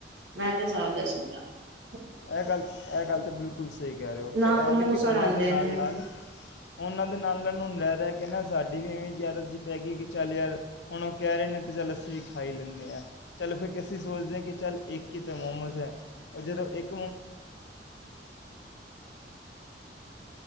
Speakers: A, on the right; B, on the left.
A: ਮੈਂ ਤੇ ਸਾਫ਼ ਦੱਸਣ ਆ <inaudible>
B: ਇਹ ਗੱਲ ਇਹ ਗੱਲ ਤਾਂ ਬਿਲਕੁਲ ਸਹੀ ਕਹਿ ਰਹੇ ਹੋ
A: ਨੱਕ
B: ਪਰ ਇਹ
A: ਮੂੰਹ
B: ਵੀ ਕਿ ਉਹਨਾਂ
A: ਸੜਾਉਂਦੇ
B: ਦੇ ਨਾਲ
A: ਨੇ
B: ਨਾਲ ਉਹਨਾਂ ਦੇ ਨਾਲ ਨਾਲ ਨੂੰ ਰਹਿ ਰਹਿ ਕਹਿੰਦਾ ਸਾਡੀ ਵੀ ਇਵੇਂ ਯ ਯਾਦਤ ਜਿਹੀ ਪੈ ਗਈ ਕਿ ਚੱਲ ਯਾਰ ਹੁਣ ਉਹ ਕਹਿ ਰਹੇ ਨੇ ਤਾਂ ਚੱਲ ਅਸੀਂ ਵੀ ਖਾਈ ਲੈਂਦੇ ਹਾਂ ਚੱਲ ਫਿਰ ਅਸੀਂ ਸੋਚਦੇ ਹਾਂ ਕਿ ਚੱਲ ਇੱਕ ਹੀ ਤਾਂ ਮੋਮੋਸ ਹੈ ਉਹ ਜਦੋਂ ਇੱਕ <inaudible>